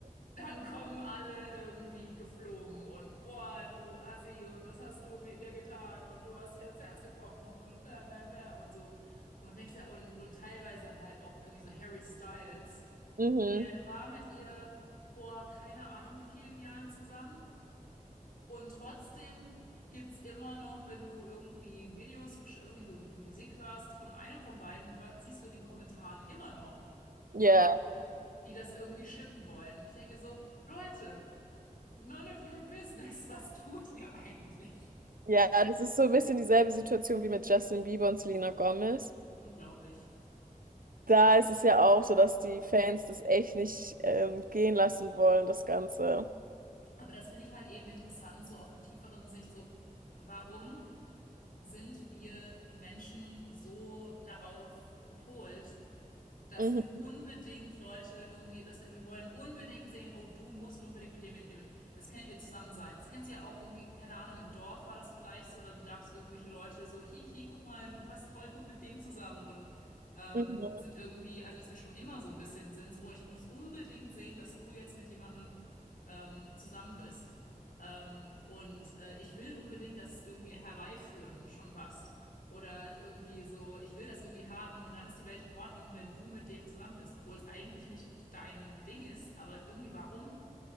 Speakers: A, on the left; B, on the right.
A: Dann kommen alle irgendwie geflogen und boah, du Assi und was hast du mit ihr getan und du hast ihr das Herz gebrochen und mäh, mäh, mäh und so. Und du denkst ja, und, und teilweise halt auch irgendwie so Harry Styles.
B: Mhm.
A: Er war mit ihr vor keine Ahnung wie vielen Jahren zusammen. Und trotzdem gibt's immer noch, wenn du irgendwie Videos, gesch- irgendwie so die Musik hörst von einem von beiden, hört, siehst du in den Kommentaren immer noch
B: Ja,
A: Leute, die das irgendwie shippen wollen. Und ich denke mir so, Leute, none of your business, <laughs> was tut ihr eigentlich?
B: ja, das ist so ein bisschen dieselbe Situation wie mit Justin Bieber und Selena Gomez.
A: Unglaublich.
B: Da ist es ja auch so, dass die Fans das echt nicht ähm, gehen lassen wollen, das Ganze.
A: Aber das finde ich halt eben interessant, so aus einer tieferen Sicht, so, warum sind wir Menschen so darauf gepolt, dass
B: Mhm.
A: wir unbedingt Leute irgendwie, dass wir, wir wollen unbedingt sehen, oh, du musst unbedingt mit dem, mit dem, das kann ihr zusammen sein. Das kennst du ja auch irgendwie, keine Ahnung, im Dorf war das vielleicht so, dann gab es irgendwelche Leute so, hihi, guck mal, du passt voll gut mit dem zusammen und ähm,
B: Mhm.
A: sind irgendwie, also dass wir schon immer so ein bisschen sind, so, oh, ich muss unbedingt sehen, dass du jetzt mit jemandem ähm, zusammen bist. Ähm, und äh, ich will unbedingt das irgendwie herbeiführen, schon passt. Oder irgendwie so, ich will das irgendwie haben und dann ist die Welt in Ordnung, wenn du mit dem zusammen bist, obwohl es eigentlich nicht dein Ding ist. Aber irgendwie, warum